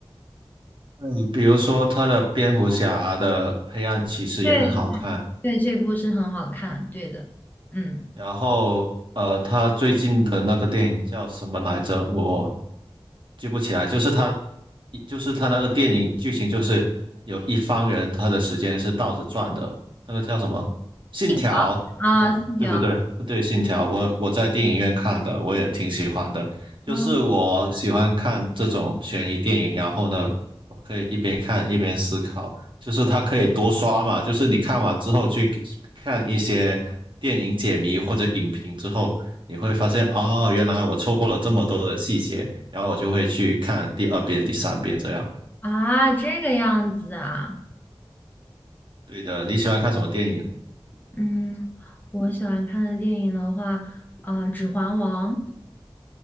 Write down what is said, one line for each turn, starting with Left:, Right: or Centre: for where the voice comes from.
Right: 对，比如说他的蝙蝠侠的黑暗骑士也很好看，
Left: 对，对，这部是很好看，对的，嗯，
Right: 然后呃，他最近的那个电影叫什么来着？我记不起来，就是他，一就是他那个电影剧情就是有一方人他的时间是倒着转的，那个叫什么？信条，
Left: 信条啊，
Right: 信条，
Left: 信条
Right: 对不对？对，信条，我我在电影院看的，我也挺喜欢的。就是我喜欢看这种悬疑电影，
Left: 啊，
Right: 然后呢，我可以一边看一边思考，就是它可以多刷嘛，就是你看完之后去看一些电影解谜或者影评之后，你会发现哦，原来我错过了这么多的细节。然后我就会去看第二遍、第三遍这样。
Left: 啊，这个样子啊，
Right: 对的，你喜欢看什么电影？
Left: 嗯，我喜欢看的电影的话，啊、指环王》，